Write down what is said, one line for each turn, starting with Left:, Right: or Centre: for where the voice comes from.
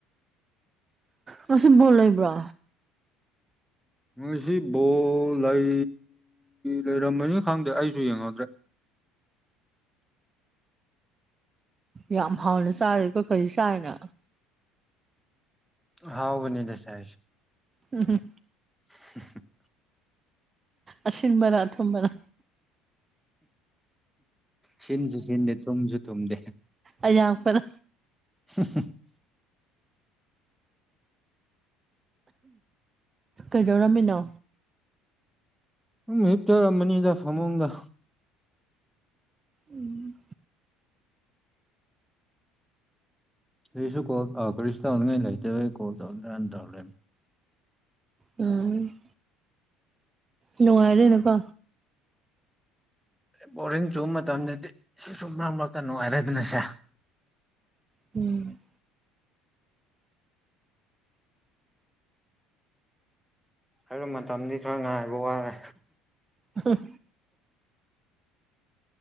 Right: ꯉꯁꯤꯕꯣꯜ ꯂꯩꯕ꯭ꯔꯣ
Centre: ꯉꯥꯁꯤ ꯕꯣꯜ ꯂꯩ ꯂꯩꯔꯝꯃꯅꯤ ꯈꯪꯗꯦ ꯑꯩꯁꯨ ꯌꯦꯡꯗ꯭ꯔꯦ
Right: ꯌꯥꯝ ꯍꯥꯎꯅ ꯆꯥꯔꯦꯀꯣ ꯀꯔꯤ ꯆꯥꯏꯅ
Centre: ꯍꯥꯎꯕꯅꯤꯗ ꯆꯥꯏꯁ‌ꯦ
Right: ꯎꯝ ꯍꯝ
Centre: <unintelligible>
Right: ꯑꯁꯤꯡꯕꯔ ꯑꯊꯨꯝꯕꯔ
Centre: ꯁꯤꯟꯁꯨ ꯁꯤꯟꯗꯦ ꯊꯨꯝꯁꯨ ꯊꯨꯝꯗꯦ
Right: ꯑꯋꯥꯛꯄꯔꯥ
Centre: <unintelligible>
Right: ꯀꯩꯗꯧꯔꯝꯃꯤꯅꯣ
Centre: ꯅꯪ ꯃꯍꯤꯛꯇꯔꯝꯕꯅꯤꯗ ꯐꯃꯨꯡꯗ
Right: ꯎꯝ
Centre: ꯑꯩꯁꯨ ꯀꯣꯜꯧ ꯀꯔꯤꯁꯨ ꯇꯧꯅꯤꯡꯉꯥꯏ ꯂꯩꯇꯦ ꯀꯣ ꯇꯧ ꯍꯥꯟ ꯇꯧꯔꯛꯦ
Right: ꯎꯝ ꯅꯨꯡꯉꯥꯏꯔꯦꯅꯀꯣ
Centre: ꯕꯣꯔꯤꯡ ꯆꯨꯕ ꯃꯇꯝꯗꯗꯤ ꯁꯤꯁꯨꯨꯝ ꯃꯔꯛ ꯃꯔꯛꯇ ꯅꯨꯡꯉꯥꯏꯔꯦꯗꯅꯁꯦ
Right: ꯎꯝ
Centre: ꯍꯥꯏꯔꯤꯕ ꯃꯇꯝꯗꯤ ꯈꯔ ꯉꯥꯏꯕ ꯋꯥꯔꯦ
Right: ꯑ